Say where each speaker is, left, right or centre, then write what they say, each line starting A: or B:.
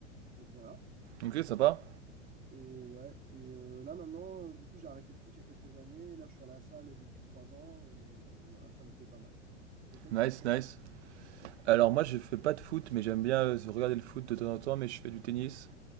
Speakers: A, on the right (about 25°); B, on the right (about 60°).
A: donc, voilà.
B: Ok, sympa.
A: Et, et ouais, et euh, là, maintenant, euh, du coup, j'ai arrêté le foot il y a quelques années. Là, je suis à la salle depuis trois ans et, euh, et voilà, ça me plaît pas mal. Et toi,
B: Nice,
A: tu fais quoi
B: nice.
A: de beau?
B: Alors moi, je fais pas de foot, mais j'aime bien euh, regarder le foot de temps en temps, mais je fais du tennis.